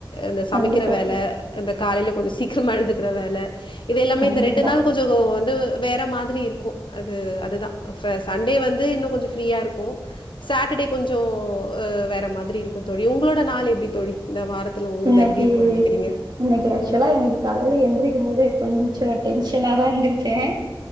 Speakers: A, on the left; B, on the right.
A: இந்த சமைக்கிற
B: கண்டிப்பா
A: வேல
B: தோழி,
A: இந்த காலேல கொஞ்ச சீக்கரமா எழுந்துக்கிற வேல இது எல்லாமே
B: கண்டிப்பா
A: இந்த ரெண்டு நாள் கொஞ்சோ வ வ வந்து வேற மாதிரி இருக்கு அது அதுதா சண்டே வந்து இன்னு கொஞ்சோ ஃப்ரீயா இருக்கு சாட்டர்டே கொஞ்சோ வேற மாதிரி இருக்கு தோழி உங்களோட நாள் எப்டி தோழி இந்த வாரத் த்துல ஒங்களுது
B: இன்னைக்கு
A: எப்டி இருக்குனு நெனைக்கிறீங்க
B: இன்னைக்கு ஆக்சுவலா இன்னைக்கு காலையில எந்திரிக்கும் போது கொஞ்சோ டென்ஷனாதான் எந்திருச்சேன்